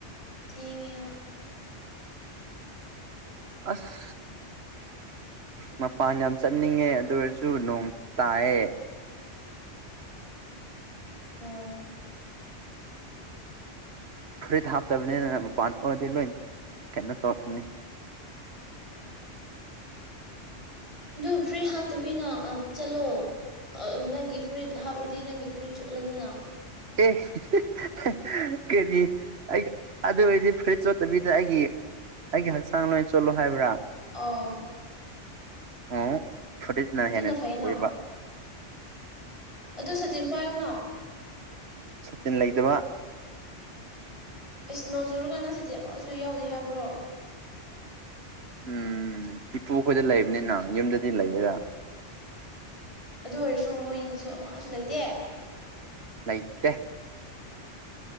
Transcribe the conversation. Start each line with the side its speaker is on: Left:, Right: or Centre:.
Left: ꯊꯦꯡꯉꯦꯕ
Right: ꯑꯁ ꯃꯄꯥꯟ ꯌꯥꯝ ꯆꯠꯅꯤꯡꯉꯦ ꯑꯗꯨ ꯑꯣꯏꯔꯁꯨ ꯅꯣꯡ ꯇꯥꯏꯑꯦ
Left: ꯑꯣ
Right: ꯐꯨꯔꯤꯠ ꯍꯥꯞꯇꯕꯅꯤꯅ ꯃꯄꯥꯟ ꯊꯣꯛꯑꯗꯤ ꯂꯣꯏ ꯀꯩꯅꯣ ꯇꯧ ꯅꯤ
Left: ꯑꯗꯨ ꯐꯨꯔꯤꯠ ꯍꯥꯞꯇꯕꯤꯅ ꯑꯥ ꯆꯠꯂꯣ ꯑꯥ ꯅꯪꯒꯤ ꯐꯨꯔꯤꯠ ꯍꯥꯞꯔꯗꯤ ꯅꯪꯒꯤ ꯐꯨꯔꯤꯠ ꯆꯣꯠꯂꯅꯤꯅ
Right: ꯑꯦ <unintelligible> ꯀꯔꯤ ꯑꯩꯒ ꯑꯗꯨ ꯑꯣꯏꯔꯗꯤ ꯐꯨꯔꯤꯠ ꯆꯣꯠꯇꯕꯤꯗ ꯑꯩꯒꯤ ꯑꯩꯒꯤ ꯍꯛꯆꯥꯡ ꯅꯣꯏ ꯆꯣꯠꯂꯣ ꯍꯥꯏꯕ꯭ꯔꯥ
Left: ꯑꯧ
Right: ꯑꯣꯑꯣ ꯐꯨꯔꯤꯠꯅ
Left: ꯑꯗꯨꯅ
Right: ꯍꯦꯟꯅ ꯂꯨꯏꯑꯦꯕ
Left: ꯐꯩꯅ ꯑꯗꯨ ꯁꯇꯤꯟ ꯄꯥꯏꯌꯨꯅ
Right: ꯁꯇꯤꯟ ꯂꯩꯇꯕ
Left: ꯏꯁ ꯅꯣꯡ ꯆꯨꯔꯀꯥꯟꯗ ꯁꯥꯇꯤꯟ ꯑꯃꯁꯨ ꯌꯥꯎꯗꯦ ꯍꯥꯏꯕ꯭ꯔꯣ
Right: ꯎꯝ ꯏꯄꯨ ꯈꯣꯏꯗ ꯂꯩꯕꯅꯤꯅ ꯌꯨꯝꯗꯗꯤ ꯂꯩꯌꯦꯔ
Left: ꯑꯗꯨ ꯑꯣꯏꯔꯁꯨ ꯃꯣꯏꯁꯨ ꯑꯃꯁꯨ ꯂꯩꯇꯦ
Right: ꯂꯩꯇꯦ